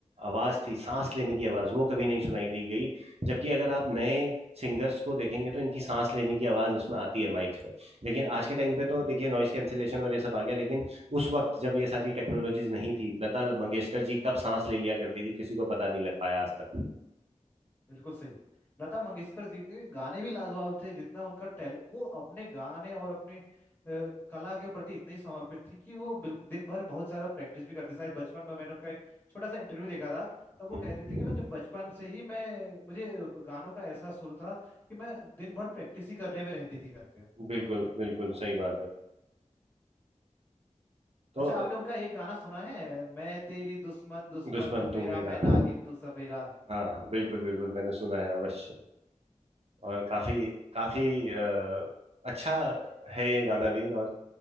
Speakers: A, on the right; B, on the left.
A: आवाज थी सांस लेने की आवाज वो कभी नहीं सुनाई दी गई जबकि अगर आप नए सिंगर्स को देखेंगे तो इनकी सांस लेने की आवाज उसमें आती है माइक में लेकिन आज के टाइम पे तो देखिए नॉइस कैंसिलेशन और ये सब आ गया लेकिन उस वक्त जब ये सारी टेक्नोलॉजीज नहीं थी लता मंगेशकर जी कब सांस ले लिया करती थी किसी को पता नहीं लग पाया आज तक
B: बिल्कुल सही लता मंगेशकर जी के गाने भी लाजवाब थे जितना उनका टैलेंट वो अपने गाने और अपने अ, कला के प्रति इतनी समर्पित थी कि वो बिल्कुल दिन भर बहुत ज्यादा प्रैक्टिस भी करते शायद बचपन में मैंने उनका एक छोटा सा इंटरव्यू देखा था तब वो
A: हम्म,
B: कहते थे कि मैं जब बचपन से ही मैं मुझे गानों का ऐसा सुर था कि मैं दिन भर प्रैक्टिस ही करने में रहती थी करके
A: बिल्कुल बिल्कुल सही बात है तो
B: अच्छा
A: अ,
B: आपने उनका एक गाना सुना है मैं तेरी दुश्मन दुश्मन
A: दुश्मन
B: तू
A: तू
B: मेरा
A: मेरा
B: मैं नागिन तू सफेरा
A: हाँ हाँ बिल्कुल बिल्कुल मैंने सुना है अवश्य और काफी काफी अ, अच्छा है ये गाना भी और